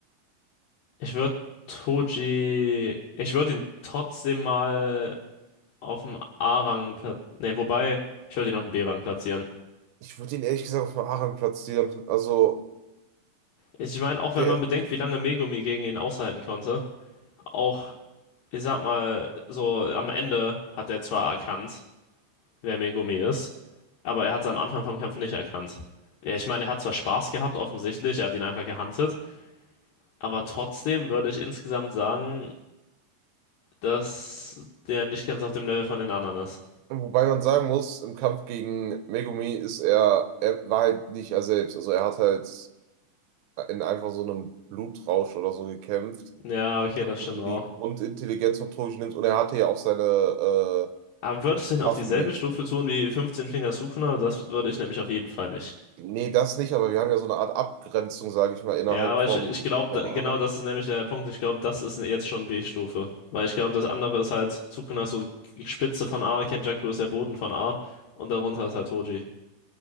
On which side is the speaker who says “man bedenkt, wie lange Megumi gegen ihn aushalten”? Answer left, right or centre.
Left